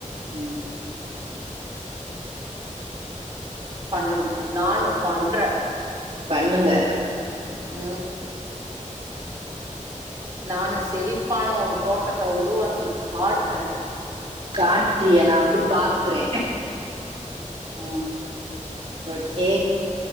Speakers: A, on the right; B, on the right.
A: உ
B: பண்ணணு நானு பண்றே
A: பண்ணுங்க
B: உ நானு செழிப்பான ஒரு தோட்டத்த உருவாக்கி காட்றே
A: காட்ரிய நா வந்து பாக்குறே
B: உ
A: ஓகே